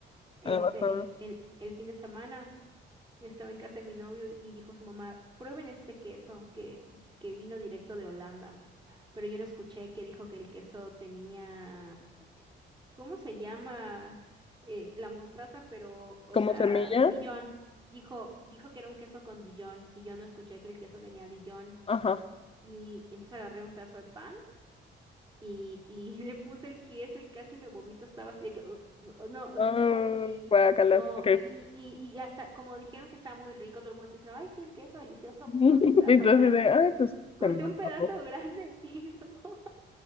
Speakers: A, on the right (about 20°); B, on the left (about 30°).
A: Este,
B: Además, por-
A: el, el, el fin de semana estaba en casa de mi novio y, y dijo su mamá, prueben este queso que, que vino directo de Holanda. Pero yo no escuché que dijo que el queso tenía ¿Cómo se llama eh, la mostaza? Pero, o
B: como
A: sea,
B: semilla,
A: Dijon. Dijo, dijo que era un queso con Dijon y yo no escuché que el queso tenía Dijon.
B: ajá.
A: Y, y entonces agarré un pedazo de pan y, y <laughs> le puse el queso y casi me vomito. Estaba así de que, "Ugh, ugh", no, estuvo
B: Ah,
A: así.
B: guácala,
A: No,
B: ok.
A: y, y, y, y hasta como dijeron que estaba muy rico, todo el mundo está diciendo, ay, sí, el queso delicioso,
B: <laughs>
A: pues corté un pedazo
B: Entonces,
A: grande.
B: de, ay, pues
A: Corté
B: se me antojó.
A: un pedazo grande <laughs> y luego